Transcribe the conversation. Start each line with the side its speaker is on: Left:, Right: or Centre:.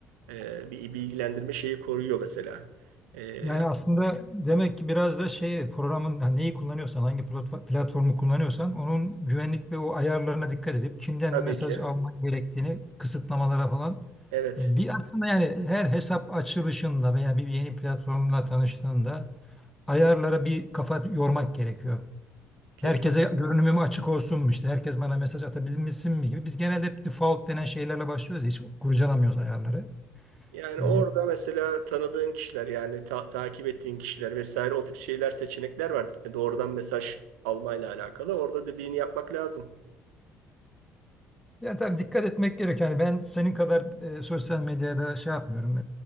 Right: E, bir bilgilendirme şeyi koyuyor mesela. E,
Centre: Yani aslında demek ki biraz da şey programın yani neyi kullanıyorsan hangi platfo- platformu kullanıyorsan onun güvenlik ve o ayarlarına dikkat edip kimden
Right: tabii
Centre: mesaj
Right: ki
Centre: alman gerektiğini kısıtlamalara falan
Right: evet
Centre: e, bir aslında yani her hesap açılışında veya bir yeni platformla tanıştığında ayarlara bir kafa yormak gerekiyor.
Right: kesin.
Centre: Herkese görünümüm açık olsun mu işte herkes bana mesaj atabilmişsin mi gibi biz genelde hep default denen şeylerle başlıyoruz ya, hiç kurcalamıyoruz ayarları.
Right: Yani
Centre: E,
Right: orada mesela tanıdığın kişiler yani ta- takip ettiğin kişiler vesaire o tip şeyler seçenekler var. E, Doğrudan mesaj almayla alakalı. Orada dediğini yapmak lazım.
Centre: Yani tabii dikkat etmek gerekiyor. Yani ben senin kadar e, sosyal medyada şey yapmıyorum.